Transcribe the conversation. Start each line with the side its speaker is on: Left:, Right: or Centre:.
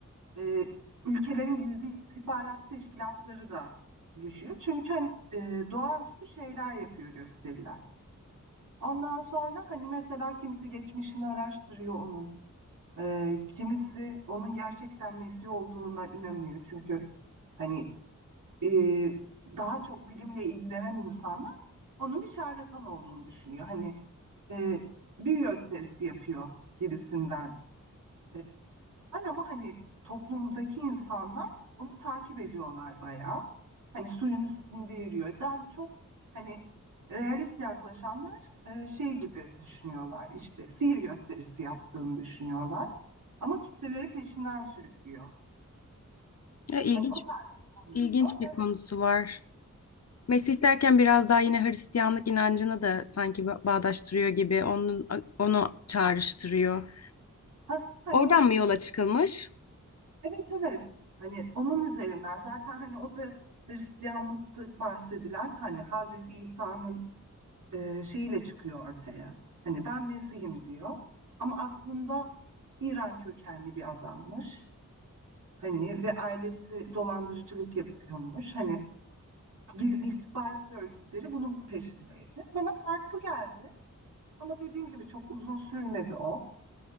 Right: e, ülkelerin gizli istihbarat teşkilatları da düşüyor. Çünkü hani, e, doğaüstü şeyler yapıyor gösteriler. Ondan sonra hani mesela kimisi geçmişini araştırıyor onun. Ee, kimisi onun gerçekten Mesih olduğuna inanıyor. Çünkü hani e, daha çok bilimle ilgilenen insanlar onun bir şarlatan olduğunu düşünüyor. Hani e, bir gösterisi yapıyor gibisinden e, diyorlar ama hani toplumdaki insanlar onu takip ediyorlar bayağı. Hani suyun üstünde yürüyor. Daha çok hani realist yaklaşanlar e, şey gibi düşünüyorlar işte sihir gösterisi yaptığını düşünüyorlar. Ama kitleleri peşinden sürüklüyor.
Left: E, ilginç
Right: Hani o tarz bir konuydu.
Left: ilginç bir
Right: Evet.
Left: konusu var. Mesih derken biraz daha yine Hristiyanlık inancını da sanki ba- bağdaştırıyor gibi, onun onu çağrıştırıyor.
Right: <laughs> hani
Left: Oradan mı
Right: e,
Left: yola çıkılmış?
Right: evet evet. Hani onun üzerinden zaten hani o da Hristiyanlıkta bahsedilen hani Hazreti İsa'nın e, şeyiyle çıkıyor ortaya. Hani ben Mesih'im diyor. Ama aslında İran kökenli bir adammış. Hani ve ailesi dolandırıcılık yapıyormuş. Hani gizli istihbarat örgütleri bunun peşindeydi. Bana farklı geldi. Ama dediğim gibi çok uzun sürmedi o.